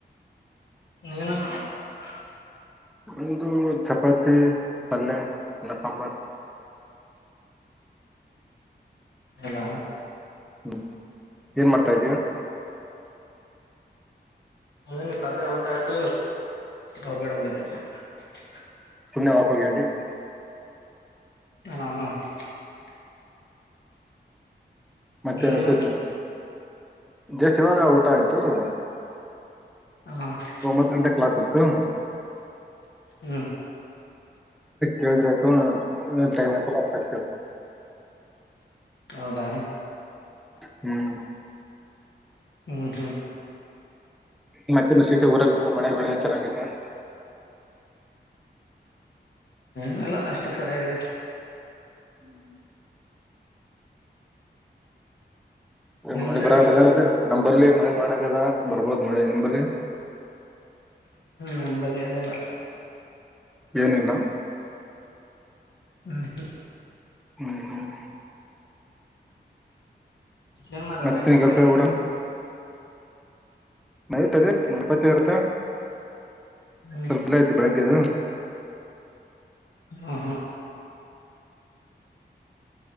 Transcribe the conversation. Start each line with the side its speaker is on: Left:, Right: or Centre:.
Left: ನೀನ? <unintelligible>
Centre: ಒಂದು ಚಪಾತಿ ಪಲ್ಲೆ ಅನ್ನ ಸಾಂಬಾರ. <unintelligible>
Left: ಹೌದಾ
Centre: ಹು ಏನ್ ಮಾಡ್ತಾ ಇದ್ದೀಯಾ? <unintelligible>
Left: ಏನಿಲ್ಲ ಅದೇ ಊಟ ಆಯ್ತು ಹೊರ್ಗಡೆ ಬಂದಿದ್ದೆ. <unintelligible>
Centre: ಸುಮ್ನೆ ವಾಕ್ ಹೋಗಿದಿ. <unintelligible>
Left: ನಾವ್ <unintelligible>
Centre: ಮತ್ತ
Left: ನೀನು
Centre: ಏನ್ ವಿಶೇಷ. <unintelligible> ಜಷ್ಟ್ ಇವಾಗ ಊಟ ಆಯ್ತು. <unintelligible>
Left: ಆ <unintelligible>
Centre: ಒಂಬತ್ತು ಗಂಟೆ ಕ್ಲಾಸ್ ಇತ್ತು
Left: ಹ್ಮ್
Centre: ಕೇಳಿದ್ರೆ ಆಯ್ತು ಟೈಮ್ ಆಯ್ತು ಬ ಕಷ್ಟ
Left: ಹೌದಾರ
Centre: ಹ್ಮ್
Left: ಹ್ಮ್ ಹ್ಮ್
Centre: ಮತ್ತೆ ಶಿಕ್ಷೆ ಊರಲ್ಲ ಮಳೆ ಬಳೆ ಚೆನ್ನಾಗೈಾಗಿದೆ
Left: ಹ್ಮಲ್ಲ ಅಷ್ಟು ಸರಿಯಾಗಿದೆ
Centre: ಹ್ಮ್ ಹ್ಮ್
Left: ನಿಮ್
Centre: ಮಣಿಪರ
Left: ಸೈಡ್
Centre: ಆಗ್ತದೆ ನಂಬರ್ಲಿ ಮಳೆ ಮಾಡಕದ ಬರ್ಬೋದು ಮಳೆ ನಿಂಬಲ್ಲಿ
Left: ನಂಬಲ್ಯಾಣ ಎಲ್ಲ
Centre: ಏನಿಲ್ಲ
Left: ಹ್ಮ್
Centre: ಹ್ಮ್ ಹ್ಮ್
Left: ಏನ್ ಮಾಡ್ದ
Centre: ಮತ್ತನ
Left: ನೈಟ್ ಊಟ
Centre: ಕೆಲ್ಸ ಪೂರ ನೈಟ್ ಅದೇ ನಪತಿ ಇರುತ್ತ
Left: ಹ್ಮ್
Centre: ಸ್ವಲ್ಪಲ್ಲ ಐತಿ ಬೆಳಗ್ಗೆದು
Left: ಹಾ ಹಾ